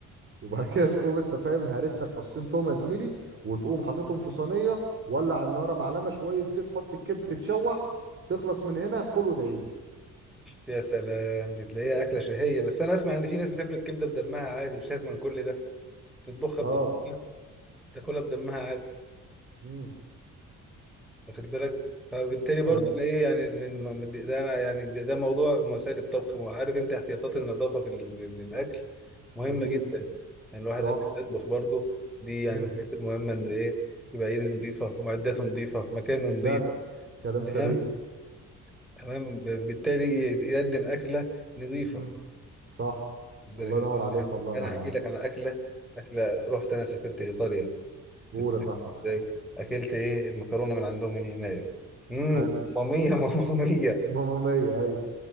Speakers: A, on the right; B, in the centre.
A: وبعد <laughs> كده تقوم انت فاهم هارس لك فصين توم يا زميلي وتقوم حاططهم في صينيه ولع النار معلقه شويه زيت حط الكبده تتشوح تخلص من هنا كل وادعي لي
B: يا سلام دي تلاقيها أكلة شهية بس أنا أسمع إن في ناس بتاكل الكبدة بدمها عادي مش لازم كل ده تطبخها
A: اه
B: بدمها تاكلها بدمها عادي
A: امم
B: واخد بالك فبالتالي برضه
A: حلو
B: أنا إيه يعني إن- إن- ده أنا يعني ده, ده موضوع مسائل الطبخ وعارف أنت احتياطات النظافة في ال- ال- الأكل مهمة
A: اكيد
B: جدا يعني الواحد
A: صح
B: قبل ما يطبخ برضه دي يعني
A: امم
B: من الحاجات المهمة إن إيه يبقى إيده نظيفة معداته نظيفة مكانه نظيف
A: جدع كلام
B: تمام
A: سليم
B: تمام بالتالي يقدم أكلة نظيفة
A: امم صح
B: خد بالك.
A: الله ينور عليك والله يا
B: انا
A: معلم
B: احكي لك عن اكله اكله رحت انا سافرت ايطاليا
A: قول
B: كنت
A: يا صاحبي معاك
B: ازاي اكلت ايه المكرونه من عندهم من هناك امم
A: حلو
B: ماميه ماميه
A: ماما مية ايوه